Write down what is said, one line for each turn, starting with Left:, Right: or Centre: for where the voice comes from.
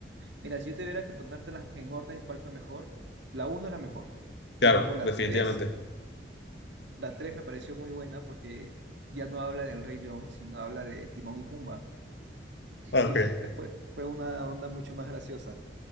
Right: Mira, si yo tuviera que ponértelas en orden, ¿cuál fue mejor? La uno es la mejor. Luego
Left: Claro,
Right: la
Left: definitivamente.
Right: tres, la tres me pareció muy buena porque ya no habla del Rey León, sino habla de Timón y Pumba. Y
Left: Ah, Ok.
Right: esa fue, fue, fue una onda mucho más graciosa.